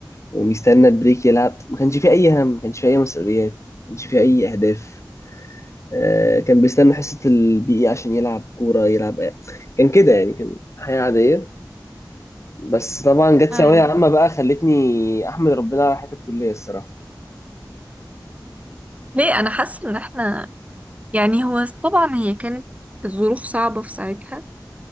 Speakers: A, on the left; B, on the right.
A: ومستنى البريك يلعب ما كانش فيه اي هم ما كانش فيه اي مسؤوليات ما كانش فيه اي اهداف آه كان بيستنى حصة البي إي عشان يلعب كورة يلعب كان كده يعني كان حياة عادية بس طبعا جت
B: أيوة.
A: ثانوية عامة بقى خلتني احمد ربنا على حياة الكلية الصراحة
B: ليه أنا حاسة إن إحنا يعني هو طبعا هي كانت الظروف صعبة في ساعتها